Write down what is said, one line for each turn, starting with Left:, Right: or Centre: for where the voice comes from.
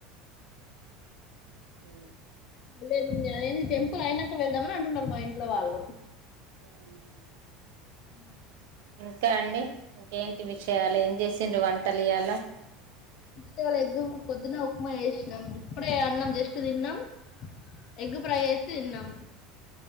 Right: హు
Left: లేదండి అదే టెంపుల్ అయినాక వెళ్దామని అంటున్నారు మా ఇంట్లో వాళ్ళు
Right: హు హు
Left: ఉ
Right: ఇంకా అండి ఇంకేంటి విషయాలు ఏం చేసిండ్రు వంటలు ఇయ్యాల
Left: ఇవాళ్ళ ఎగ్గ పొద్దున్న ఉప్మా చేసినాం ఇప్పుడే అన్నాం జస్ట్ తిన్నాం ఎగ్గు ప్రై చేసి తిన్నాం.